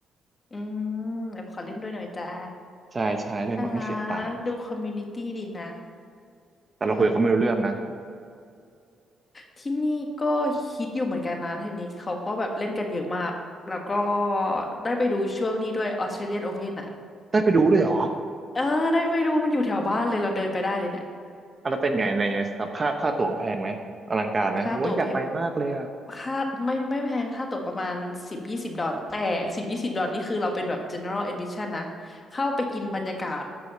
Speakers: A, on the left; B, on the right.
A: อืมแบบขอเล่นด้วยหน่อยจ้า
B: ใช่ใช่เล่นแบบไม่เสียตังค์
A: น่ารักดูคอมมูนิตี้ดีนะ
B: แต่เราคุยกับเขาไม่รู้เรื่องนะ
A: เออ ที่นี่ก็ฮิตอยู่เหมือนกันนะเทนนิสเขาก็แบบเล่นกันเยอะมากแล้วก็ได้ไปดูช่วงนี้ด้วยออสเตรเลียนโอเพนอ่ะ
B: <laughs> ได้ไปดูด้วยเหรอ
A: เออได้ไปดูมันอยู่แถวบ้านเลยเราเดินไปได้เลยเนี่ย
B: อะแล้วเป็นไงในแบบค่าค่าตั๋วแพงไหมอลังการไหมผมอยากไปมากเลยอะ
A: ค่าตั๋วแพงค่าไม่ไม่แพงค่าตั๋วประมาณสิบยี่สิบดอลลาร์แต่สิบยี่สิบดอลลาร์นี่คือเราเป็นแบบ general admission นะเข้าไปกินบรรยากาศ